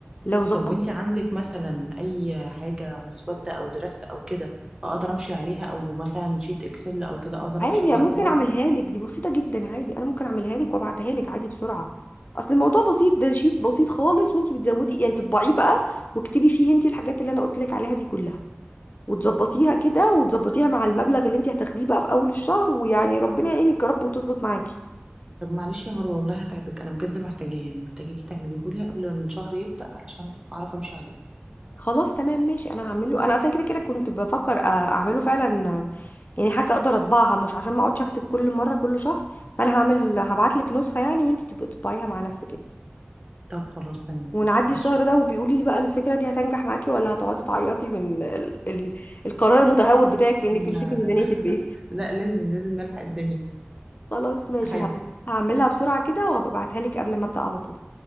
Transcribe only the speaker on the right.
طب وانتي عندك مثلا أي حاجة مسودة أو درافت أو كده أقدر أمشي عليها أو مثلا شيت إكسل أو كده أقدر
أمشي عليه
أول مرة
طب معلش يا مروة والله هتعبك أنا بجد محتاجاه يعني محتاجاكي تعمليهولي قبل ما الشهر يبدأ علشان أعرف أمشي عليه
طب خلاص تمام
ماشي
لا
لا
لا لازم لازم نلحق الدنيا
أحاول